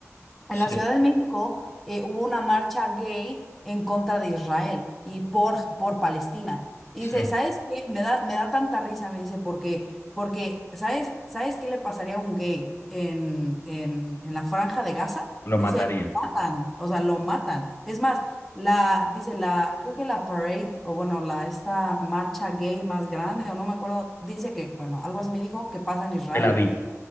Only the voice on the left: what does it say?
sí,
sí.
Lo matarían.
Tel Aviv,